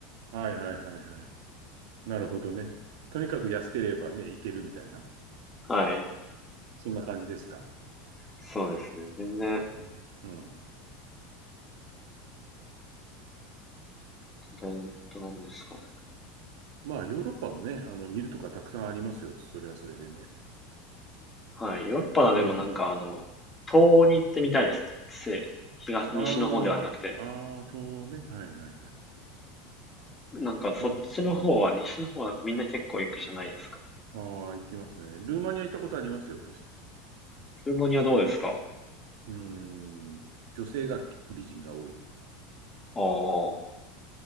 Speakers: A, on the right (about 75°); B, on the left (about 20°).
A: はいはいはいはい。なるほどね。とにかく安ければね、行けるみたいな。
B: はい、
A: そんな感じですか。
B: そうですね。全然
A: うん。うん
B: どんとなんですかね。
A: まあ、ヨーロッパもね、あの、見るとかたくさんありますよ。それはそれでね。
B: はい。ヨーロッパなでもなんかあの、
A: うん。
B: 東欧に行ってみたいですね。西、東、西の方ではなくて。
A: ああ、ああ、とね。はいはいはい。
B: なんかそっちの方は、
A: うん。うん。
B: 西の方はみんな結構行くじゃないですか。
A: ああ、行きますね。ルーマニア行ったことありますよ、私。
B: ルーマニアどうですか
A: うーん、女性が美人が多い。
B: ああ。